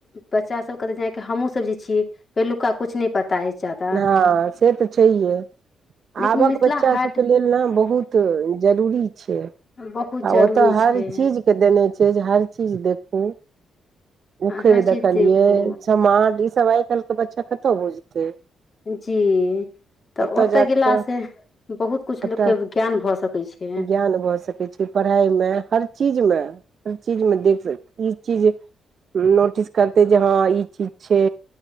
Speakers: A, on the left (about 45°); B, on the right (about 60°).
A: बच्चा सब कतो जाय के हमहु सब जे छियै पहिलुका कुछ नहि पता अछि जादा
B: हँ से तऽ छैहे
A: लेकिन
B: आबक
A: मिथिला
B: ब बच्चा
A: हाट
B: सबके लेल ने बहुत जरूरी छियै
A: बहुत
B: आ
A: जरूरी
B: ओतय हर
A: छै
B: चीजके देने छै जे हर चीज देखू उखरि
A: आ हर
B: देखलियै
A: चीज देखू
B: समाट ई सब आइ काल् के बच्चा कतहु बुझते
A: जी तऽ
B: ओतऽ जाक
A: गेलासँ
B: तऽ
A: बहुत किछु
B: सभटा
A: लोकके ज्ञान भऽ सकैत छै
B: ज्ञान भऽ सकैत छै पढ़ाइमे हर चीजमे हर चीजमे देख सक ई चीज नोटिस करते जे हँ ई चीज छै